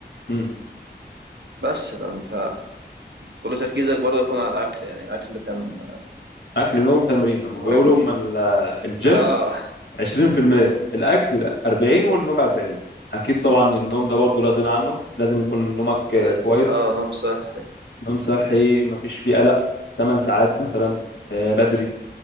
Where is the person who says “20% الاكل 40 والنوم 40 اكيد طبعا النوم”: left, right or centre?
Left